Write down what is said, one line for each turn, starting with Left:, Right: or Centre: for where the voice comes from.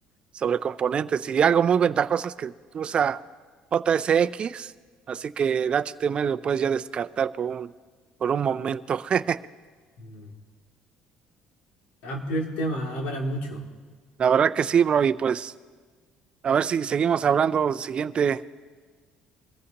Right: sobre componentes y algo muy ventajoso es que usa J S X así que el HTML lo puedes ya descartar por un, por un momento. <laughs>
Left: mm, amplio el tema, da para mucho.
Right: La verdad que sí, bro, y pues a ver si seguimos hablando siguiente,